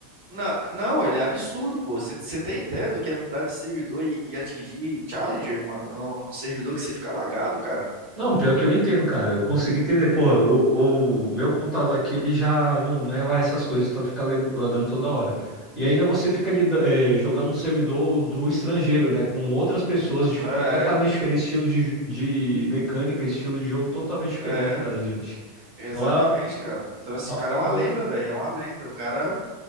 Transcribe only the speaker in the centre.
Não, pior que eu entendo, cara. Eu consegui entender. Porra, o, o meu computador aqui, ele já não, não é lá essas coisas, então fica le- lagando toda hora. E ainda você fica lida- eh, jogando no servidor do estrangeiro, né? Com outras pessoas de-
completamente diferentes, estilo de, ju- de mecânica, estilo de jogo totalmente diferente
da gente.
Então é
é uma
parada.